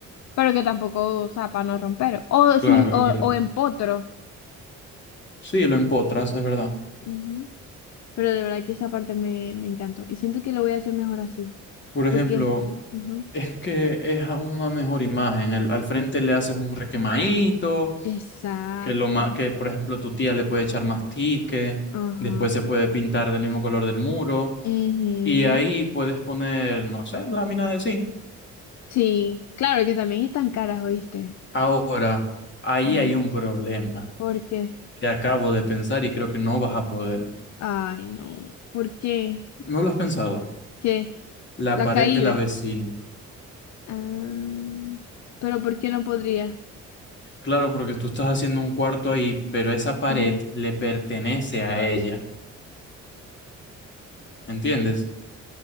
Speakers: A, on the left (about 65°); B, on the left (about 40°).
A: pero que tampoco, o sea, para no romper. O sin,
B: Claro,
A: o,
B: es verdad.
A: o en potro.
B: Sí, lo empotras, es verdad.
A: Ujú. Pero de verdad que esa parte me, me encantó. Y siento que lo voy a hacer mejor así.
B: Por ejemplo,
A: Porque. ajá.
B: es que es a una mejor imagen. Al, al frente le haces un requemadito,
A: Exacto.
B: que lo ma- que por ejemplo tu tía le puede echar más tique,
A: Ajá.
B: después se puede pintar del mismo color del muro
A: Ujú.
B: y ahí puedes poner, no sé, lámina de zinc
A: Sí, claro que también están caras, ¿oíste?
B: Ahora, ahí
A: Ujú.
B: hay un problema
A: ¿Por qué?
B: que acabo de pensar y creo que no vas a poder.
A: Ay, no. ¿Por qué?
B: ¿No lo has pensado?
A: ¿Qué?
B: La
A: La
B: pared
A: caída.
B: de la vecina.
A: Ah, pero ¿por qué no podría?
B: Claro, porque tú estás haciendo un cuarto ahí, pero esa pared
A: Ujú.
B: le pertenece a ella. ¿Me entiendes?